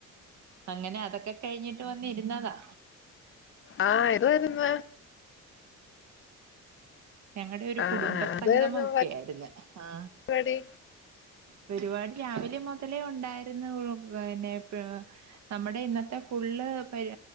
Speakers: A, on the right; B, on the left.
A: അങ്ങനെ അതൊക്കെ- കഴിഞ്ഞിട്ട് വന്നിരുന്നതാ
B: ആഹ എത് വാരുന്നു
A: ഞങ്ങളടെ ഒരു
B: ആഹ്
A: കുടുംബ
B: ആഹ്
A: സംഗമം
B: എന്തുവാരുന്നു
A: ഒക്കെ ആയിരുന്നു ആ
B: പരിപാടി
A: പരുപാടി രാവിലെ മൊതലേ ഒണ്ടായിരുന്നു പിന്നെ- നമ്മുടെ ഇന്നത്തെ ഫുള്ള് പരു